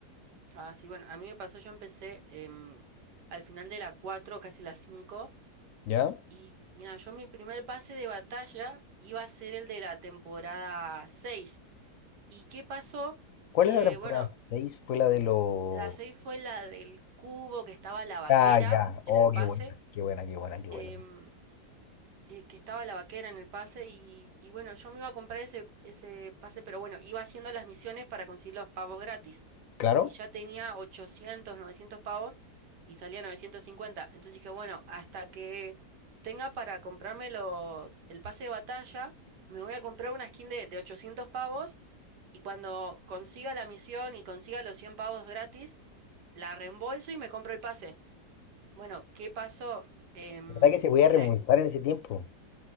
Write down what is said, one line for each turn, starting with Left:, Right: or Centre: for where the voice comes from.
Right: Ah, sí, bueno, a mí me pasó, yo empecé em, al final de la 4, casi la 5.
Left: ¿Ya?
Right: Y, y nada, yo mi primer pase de batalla iba a ser el de la temporada seis ¿Y qué pasó?
Left: ¿Cuál
Right: Que
Left: es la temporada
Right: bueno,
Left: 6? Fue la de los...
Right: la 6 fue la del cubo que estaba la vaquera
Left: Ah, ya. Oh,
Right: en el pase,
Left: qué buena, qué buena, qué buena, qué
Right: em,
Left: buena.
Right: eh, que estaba la vaquera en el pase y, y bueno, yo me iba a comprar ese, ese pase, pero bueno, iba haciendo las misiones para conseguir los pavos gratis.
Left: Claro.
Right: y ya tenía ochocientos novecientos pavos y salía novecientos cincuenta Entonces dije, bueno, hasta que tenga para comprarme lo- el pase de batalla, me voy a comprar una skin de, de 800 pavos y cuando consiga la misión y consiga los 100 pavos gratis, la reembolso y me compro el pase. Bueno, ¿qué pasó? Em,
Left: La verdad que se podía
Right: me...
Left: remontar en ese tiempo.